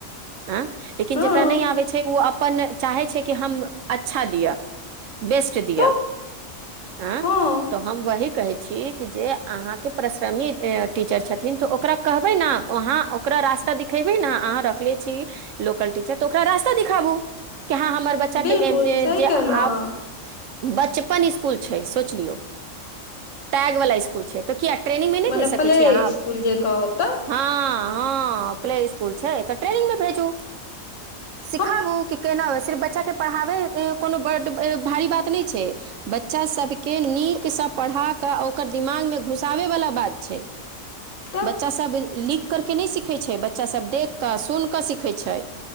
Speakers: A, on the right; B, on the left.
A: आँ लेकिन
B: हँ
A: जकरा नहि आबै छै ओ अपन चाहै छै कि हम अच्छा दिअ बेस्ट दिया
B: तऽ
A: ए
B: हँ
A: त हम वहि कहै छी कि जे अहाँके परिश्रमी टीचर छथिन तऽ ओकरा कहबै न वहाँ ओकरा रास्ता दिखेबै ने अहाँ रखले छी लोकल टीचर तऽ ओकरा रास्ता दिखाबू के आहाँ हमर बच्चा
B: बिलकुल
A: के
B: सही
A: जे
B: कहलहुँ
A: आब
B: अहाँ
A: बचपन स्कुल छै सोच लियौ टैग वला स्कुल तऽ कियै ट्रेनिंग में नै
B: मने
A: भेज सके
B: प्ले
A: छियै अहां
B: स्कुल जे कहो तऽ
A: हँ हँ प्ले इसकुल छै तऽ ट्रेनिंग में भेजू
B: <inaudible>
A: सिखाबू कि केना सिर्फ बच्चा के पढ़ाबै कोनो बड्ड भारी बात नहि छै बच्चासभके नीकसँ पढ़ा कऽ आ ओकर दिमागमे घुसाबैवला बात छै
B: तऽ
A: बच्चा सब लिख कर के नहि सिखै छै बच्चा सभ देख कऽ सुन कऽ सिखै छै